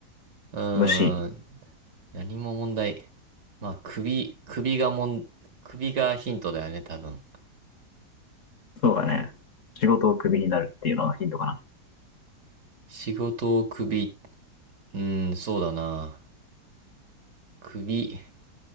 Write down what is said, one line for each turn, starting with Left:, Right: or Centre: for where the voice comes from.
Right: うーん。
Left: 虫。
Right: 何も問題。まあ、首、首がもん、首がヒントだよね、多分。
Left: そうだね。仕事をクビになるっていうのがヒントかな。
Right: 仕事を首、うーん、そうだな。首、